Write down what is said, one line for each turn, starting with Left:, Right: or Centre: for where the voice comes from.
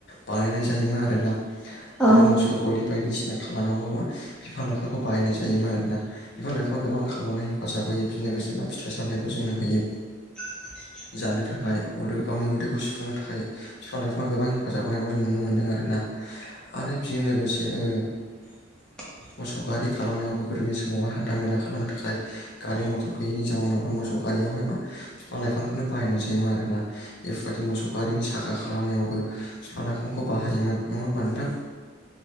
Left: बानायनाय जायोमोन आरोना
Centre: औ
Left: आरो मोसौ गलि बायदिसिना खालामाबो मा बिफां-लाइफांखौ बायनाय जायोमोन आरोना। बिफां-लाइफां गोबां खामनो हेफाजाब होयो बेनो लोगोसे फिथाइ-सामनायखौ जोंनो होयो।
Centre: <inaudible>
Left: जानो थाखाय उदो उदै गावनि उदैखौ सुफुंनो थाखाय बिफां-लाइफाङा गोबां हेफाजाब होनायखौ जों नुनो मोनदों आरो ना। आरो बेजों लोगोसे ओ
Centre: <inaudible>
Left: मोसौ गारि खालामनायावबो गोदोनि समावहाय हान्था मेला खालामनो थाखाय गारि मटर गैयिनि जाउनावहाय मोसौ गारियावहाय मा बिफां-लाइफांखौनो बायनाय जायोमोन आरोना बेफोरबायदि मोसौ गिरिनि साखा खालामनायावबो। बिफां-लाइफांखौ बाहायोमोन नङा होमबा नोंथां?